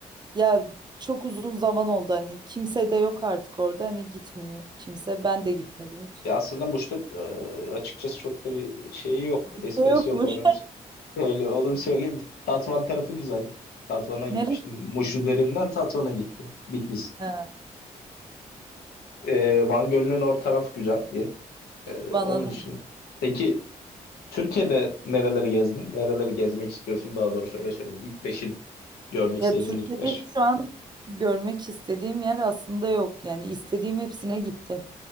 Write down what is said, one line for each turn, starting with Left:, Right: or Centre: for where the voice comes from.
Right: ya çok uzun zaman oldu hani kimse de yok artık orada hani gitmiyor kimse ben de gitmedim hiç.
Left: Ya aslında Muş'ta e, açıkçası çok da bir şeyi yok.
Right: Kimse
Left: Esprisi
Right: Yokmuş.
Left: yok. Onu bir, öyle, onu bir söyleyeyim. Tatvan tarafı güzel. Tatvan'a gitmiştim.
Right: <laughs> Neresi?
Left: Muş üzerinden Tatvan'a gittim. Bitlis.
Right: Ha,
Left: E, Van Gölü'nün or tarafı güzel bir. E,
Right: bana
Left: onun
Right: da
Left: dışında.
Right: git.
Left: Peki Türkiye'de nereleri gezdin? Nereleri gezmek istiyorsun daha doğrusu öyle söyleyeyim. İlk beşin görmek
Right: Ya
Left: istediğin
Right: Türkiye'de
Left: ilk beş.
Right: şu an görmek istediğim yer aslında yok yani istediğim hepsine gittim.